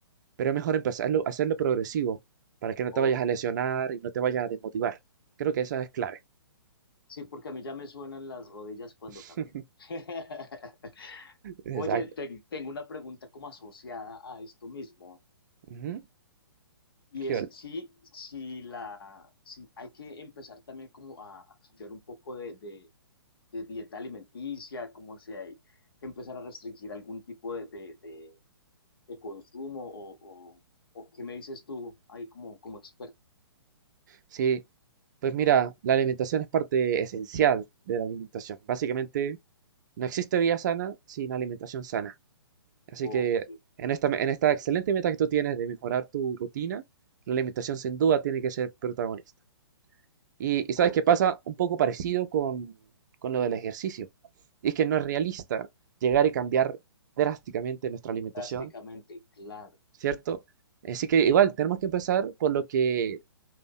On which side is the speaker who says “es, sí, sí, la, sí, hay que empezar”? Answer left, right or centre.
Left